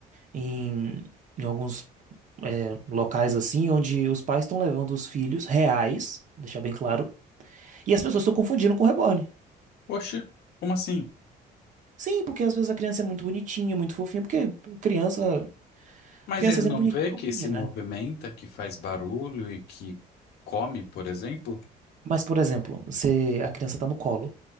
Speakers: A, on the right; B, on the left.
A: em, em alguns é, locais assim, onde os pais estão levando os filhos reais, deixar bem claro, e as pessoas estão confundindo com reborn.
B: Poxa, como assim?
A: Sim, porque às vezes a criança é muito bonitinha, muito fofinha, porque criança,
B: Mas
A: criança
B: ele
A: é sempre
B: não
A: bonitinha
B: vê
A: e fofinha,
B: que se
A: né?
B: movimenta, que faz barulho e que come, por exemplo?
A: Mas, por exemplo, você, a criança tá no colo,